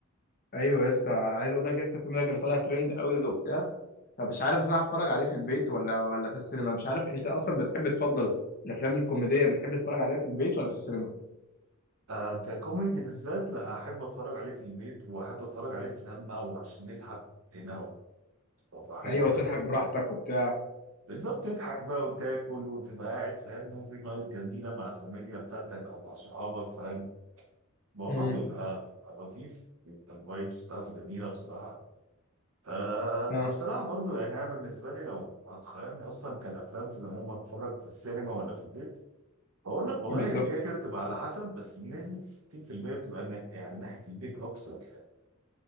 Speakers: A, on the left; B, on the right.
A: ايوه يا اسطى عايز اقول لك يا اسطى الفيلم ده كان طالع ترند قوي وبتاع فمش عارف بصراحه اتفرج عليه في البيت ولا ولا في السينما مش عارف انت اصلا بتحب تفضل الافلام الكوميديه بتحب تتفرج عليها في البيت ولا في السينما
B: آه ككوميدي بالذات لا احب اتفرج عليه في البيت واحب اتفرج عليه في لما وعشان نضحك هنا وتبقى براحتنا
A: ايوه وتضحك براحتك
B: يعني.
A: وبتاع
B: بالظبط تضحك بقى وتاكل وتبقى قاعد فاهم موفي نايت جميله مع الفاميليا بتاعتك او مع صحابك فاهم الموضوع
A: امم
B: بيبقى بيبقى لطيف بيبقى الفايبس بتاعته جميله بصراحه آه
A: ها
B: فبصراحه برضو يعني انا بالنسبه لي لو هتخيرني اصلا كالافلام في العموم اتفرج في السينما ولا في البيت بقول لك والله
A: بالظبط
B: هي كده كده بتبقى على حسب بس بنسبه 60% بتبقى نا- يعني ناحيه البيت اكتر يعني